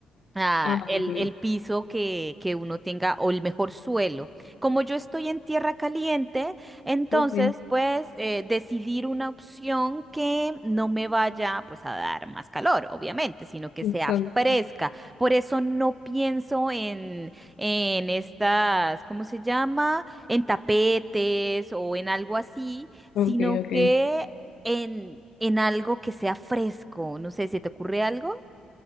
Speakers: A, on the right; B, on the left.
A: ah,
B: Ah, ok.
A: el, el piso que, que uno tenga o el mejor suelo. Como yo estoy en tierra caliente, entonces
B: Ok.
A: pues eh, decidir una opción que no me vaya pues a dar más calor, obviamente, sino que
B: Exacto.
A: sea fresca. Por eso no pienso en, en estas, ¿cómo se llama? En tapetes o en algo así, sino
B: Ok, ok.
A: que en, en algo que sea fresco. No sé, ¿se te ocurre algo?